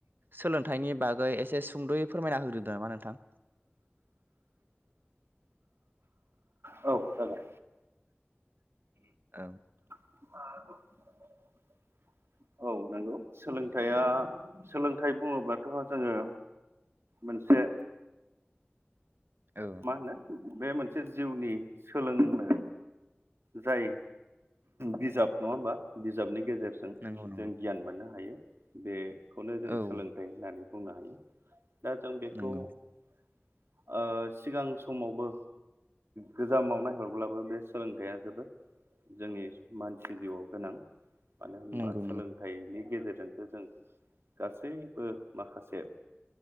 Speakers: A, on the right (about 55°); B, on the right (about 80°).
A: सोलोंथाइनि बागै एसे सुंद'यै फोरमायना होग्रोदो नामा नोंथां?
B: औ जाबाय
A: औ
B: औ औ नंगौ सोलोंथाइया सोलोंथाइ बुङोब्लाथ' जोङो मोनसे
A: औ
B: मा होनो बे मोनसे जिउनि सोलोंनो जाय बिजाब नङा होमबा? बिजाबनि गेजेरजों
A: नंगौ
B: जों
A: नंगौ
B: गियान मोननो हायो बेखौनो जों
A: औ
B: सोलोंथाइ होननानै बुंनो हायो। दा जों बेखौ
A: नंगौ
B: ओ सिगां समावबो गोजामाव नायहरब्लाबो बे सोलोंथाइया जोबोद जोंनि मानसि जिउआव गोनां मानो होनबा
A: नंगौ
B: सोलोंथाइनि गेजेर जोंसो गासैबो माखासे